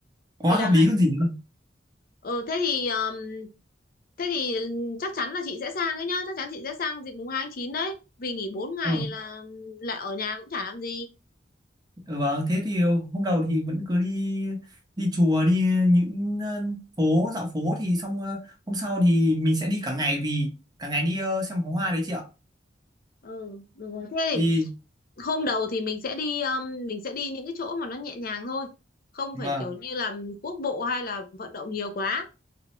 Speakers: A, on the right; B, on the left.
A: quá
B: thì là
A: hợp
B: ngày.
A: lý còn gì nữa
B: Ừ, thế thì um, thế thì chắc chắn là chị sẽ sang ấy nhá, chắc chắn chị sẽ sang dịp mùng hai tháng 9 đấy, vì nghỉ bốn ngày
A: ừ.
B: là lại ở nhà cũng chả làm gì.
A: ừ, vâng thế thì hôm đầu thì vẫn cứ đi đi chùa đi những ờ, phố dạo phố thì xong ờ, hôm sau thì mình sẽ đi cả ngày vì cả ngày đi ờ, xem pháo hoa đấy chị ạ
B: Ừ, được rồi. Thế
A: đi
B: thì hôm đầu thì mình sẽ đi um, mình sẽ đi những cái chỗ mà nó nhẹ nhàng thôi, không
A: vâng
B: phải kiểu như là quốc bộ hay là vận động nhiều quá,